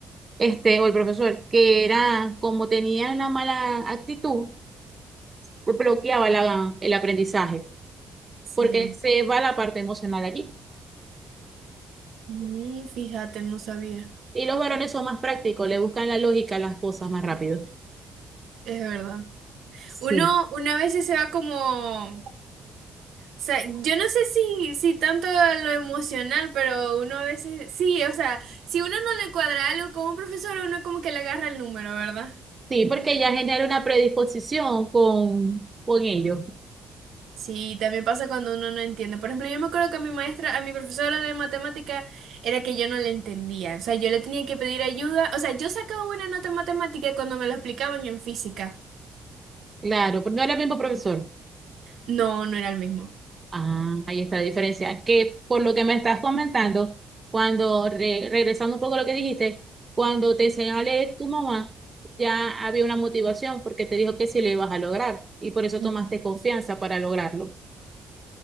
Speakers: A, on the right; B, on the right.
A: este, o el profesor, que era como tenía la mala actitud bloqueaba la- el aprendizaje,
B: Sí.
A: porque se va la parte emocional allí.
B: Mm, fíjate, no sabía.
A: Y los varones son más prácticos, le buscan la lógica a las cosas más rápido.
B: Es verdad.
A: Sí,
B: Uno, una vez se va como O sea, yo no sé si, si tanto a lo emocional, pero uno a veces, sí, o sea, si uno no le cuadra algo con un profesor, uno como que le agarra el número, ¿verdad?
A: Sí, porque ya genera una predisposición con, con ellos.
B: Sí, también pasa cuando uno no entiende. Por ejemplo, yo me acuerdo que a mi maestra, a mi profesora de matemática, era que yo no le entendía. O sea, yo le tenía que pedir ayuda. O sea, yo sacaba buena nota en matemática cuando me lo explicaban en física.
A: Claro, porque no era el mismo profesor.
B: No, no era el mismo.
A: Ah, ahí está la diferencia. Que por lo que me estás comentando, cuando, re- regresando un poco a lo que dijiste, cuando te enseñó a leer tu mamá, ya había una motivación porque te dijo que sí lo ibas a lograr y por eso
B: Mm.
A: tomaste confianza para lograrlo.